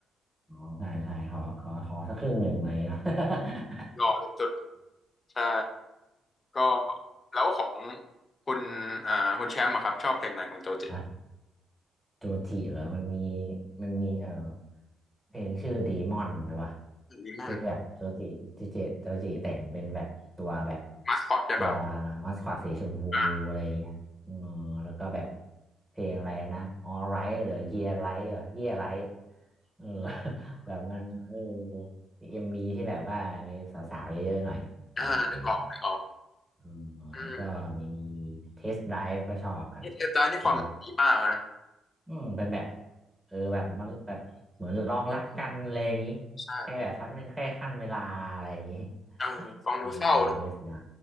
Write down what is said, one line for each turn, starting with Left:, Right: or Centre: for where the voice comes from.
Centre: อ๋อใช่ใช่ขอขอขอสักครึ่งหนึ่งอะไรอย่างเงี้ยเนาะ
Left: <laughs>
Centre: <laughs>
Left: หล่อสุดๆใช่ ก็แล้วของคุณอ่าคุณแชมป์อะครับชอบเพลงไหนของโจจิ
Centre: ครับ โจจิเหรอมันมีมันมีเอ่อเพลงชื่อดีมอนนะวะ
Left: ดีมอน
Centre: ที่แบบโจจิโจจิโจจิแต่งเป็นแบบตัวแบบ
Left: มาสคอตใช่ป่ะ
Centre: ตัวมัสคอตสีชมพูอะไรเงี้ยอืมแล้วก็แบบ
Left: อ่า
Centre: เพลงอะไรนะ All Right หรือ Yeah Right เหรอ Yeah Right เออ <laughs> แบบมันเออเอ็มบีที่แบบว่ามีสาวๆเยอะๆหน่อยอะไรอย่างงี้
Left: อ่านึกออกนึกออก
Centre: อืมแล้วก็มี
Left: อืม
Centre: เทสได v e ก็ชอบครับ
Left: เอเทตานี่ความดีมากนะ
Centre: เออ อืมเป็นแบบเออแบบมันแบบเหมือนลองรักกันอะไรอย่างงี้
Left: ใช่
Centre: แค่แบบชั้นเป็นแค่ขั้นเวลาอะไรอย่างงี้
Left: เออฟังดูเศร้านะ
Centre: <laughs> เออเทสได้